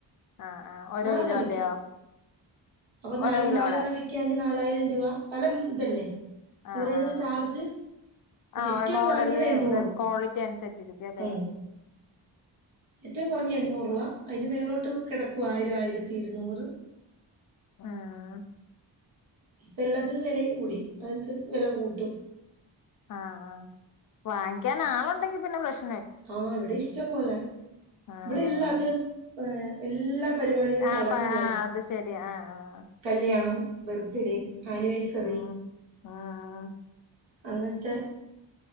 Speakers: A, on the left; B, on the right.
A: ആഹ് ആഹ് ഓരോ
B: നാലെണ്ണം
A: കിലോന്റെയോ
B: വിയ്ക്കാം അപ്പൊ ന
A: ഓരോ കിലോടെ
B: നാലെണ്ണം വി നാലായിരം രൂപ പല ഇതല്ലേ
A: ആഹ്
B: ഓരോന്നിനും
A: ആഹ്
B: ചാർജ്
A: ആഹ്
B: ഏറ്റവും
A: മോഡല്
B: കുറഞ്ഞത് എണ്ണൂറ്
A: ക്വാളിറ്റി അനുസരിച്ചിരിക്കും അല്ലെ?
B: ഉം ഏറ്റവും കുറഞ്ഞ എണ്ണൂറൂവ അതിന്റെ മേലിലോട്ട് കിടക്കുവ ആയിരം ആയിരത്തി ഇരുന്നൂറ്
A: ആഹ്
B: ഇപ്പൊ എല്ലാത്തിനും വിലയും കൂടി അതനുസരിച്ച് വില കൂട്ടും
A: ആ ആ വാങ്ങിക്കാൻ ആളുണ്ടെങ്കി പിന്നെ പ്രശ്
B: ആഹ് ഇവിടെ ഇഷ്ടം പോലെ
A: ആഹ്
B: ഇവിടെ എല്ലാത്തിനും ഏ എല്ലാ പരിപാടിയും
A: ആഹ്
B: ചടങ്ങുള്ളതാ
A: പ ആഹ് അത് ശരി ആഹ് ആഹ്
B: കല്ല്യാണം, ബർത്ത്ഡേ, ആനിവേഴ്സറി
A: ഉം ഉം
B: അങ്ങൻത്തെ